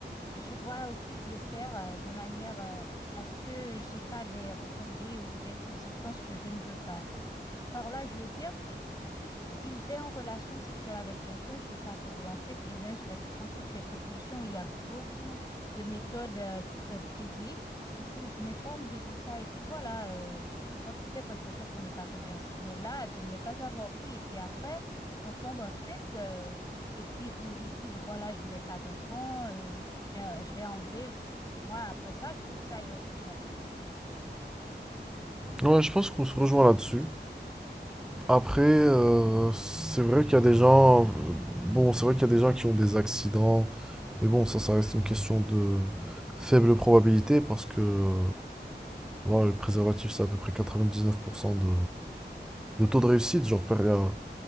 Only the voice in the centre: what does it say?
Ouais, je pense qu'on se rejoint là-dessus. Après, euh, c'est vrai qu'il y a des gens, bon, c'est vrai qu'il y a des gens qui ont des accidents, mais bon, ça, ça reste une question de faible probabilité parce que euh, voilà, le préservatif, c'est à peu près 99% de, de taux de réussite, genre, per- euh,